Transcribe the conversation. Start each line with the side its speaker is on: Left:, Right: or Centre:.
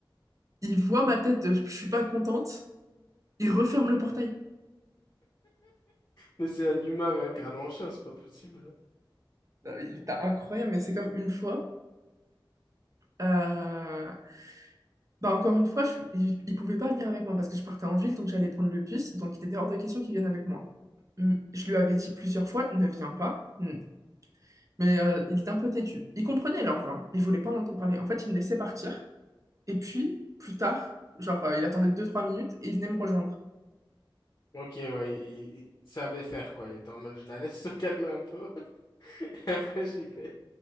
Right: Il voit ma tête de je suis pas contente. Il referme le portail.
Left: Mais c'est un humain réincarné en chien, c'est pas possible.
Right: Non, mais Il était incroyable, mais c'est comme une fois. euh, Bah encore une fois, je- il, il pouvait pas venir avec moi parce que je partais en ville, donc j'allais prendre le bus, donc il était hors de question qu'il vienne avec moi. Mm, Je lui avais dit plusieurs fois, ne viens pas. Mm. Mais euh, il était un peu têtu. Il comprenait l'ordre, hein. Il voulait pas en entendre parler. En fait, il me laissait partir. Et puis, plus tard, genre, euh, il attendait deux trois minutes et il venait me rejoindre.
Left: Ok, ouais, il, il savait faire quoi. Il était en mode, je la laisse se calmer un peu. <laughs> Et après, j'y vais.